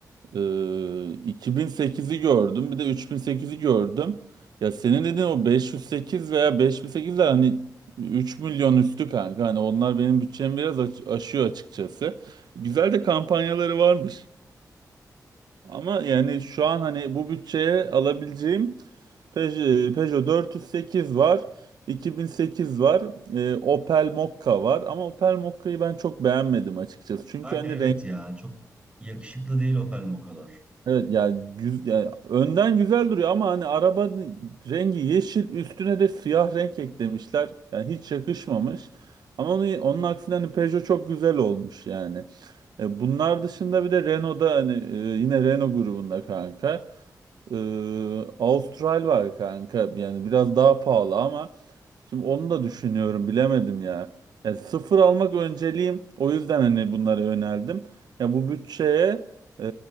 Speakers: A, on the right (about 80°); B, on the right (about 15°).
A: Ee, 2008'i gördüm. Bir de 3008'i gördüm. Ya senin dediğin o 508 veya 5008'ler hani 3 milyon üstü kanka. Hani onlar benim bütçemi biraz aç- aşıyor açıkçası. Güzel de kampanyaları varmış. Ama yani şu an hani bu bütçeye alabileceğim Peugeot, Peugeot 408 var, 2008 var, e, Opel Mokka var. Ama Opel Mokka'yı ben çok beğenmedim açıkçası. Çünkü
B: Kanka
A: hani
B: evet
A: renk
B: ya çok yakışıklı değil Opel Moka'lar.
A: evet yani, güz- yani önden güzel duruyor ama hani araba rengi yeşil üstüne de siyah renk eklemişler. Yani hiç yakışmamış. Ama onun, onun aksine hani Peugeot çok güzel olmuş yani. E, bunlar dışında bir de Renault'da hani e, yine Renault grubunda kanka. Ee, Austral var kanka. Yani biraz daha pahalı ama şimdi onu da düşünüyorum bilemedim ya. Yani sıfır almak önceliğim. O yüzden hani bunlara yöneldim. Ya bu bütçeye e,